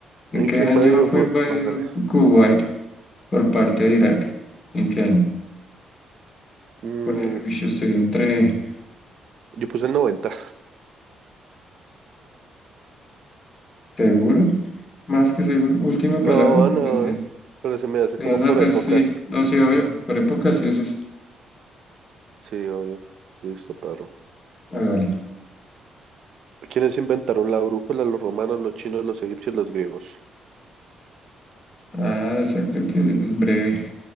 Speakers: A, on the left; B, on the right.
A: ¿En
B: ¿En
A: qué
B: qué
A: año
B: invadió
A: fue
B: fue?
A: invadido
B: Bájale.
A: Ku- Kuwait por parte de Irak? ¿En qué año?
B: Mm,
A: Oye, uy, yo estoy entre
B: yo puse el 90.
A: seguro, más que seguro. Última
B: No,
A: palabra, es
B: no.
A: decir,
B: Pero se me hace
A: eh,
B: como
A: no,
B: por
A: pues
B: épocas.
A: sí, no, sí, obvio, por época sí es eso.
B: Sí, obvio. Listo, perro.
A: Hágale.
B: ¿Quiénes inventaron la brújula? Los romanos, los chinos, los egipcios, los griegos.
A: Ah, esa creo que es breve.